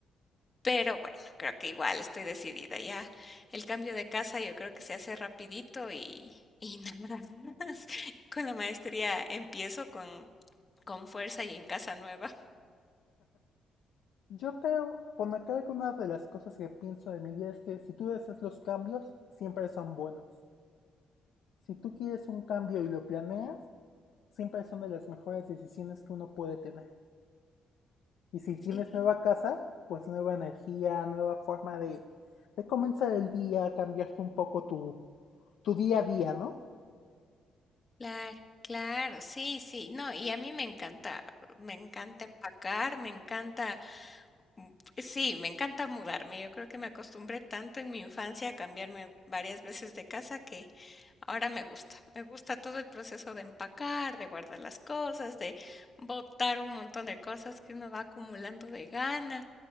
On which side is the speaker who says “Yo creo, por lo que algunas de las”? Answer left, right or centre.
Left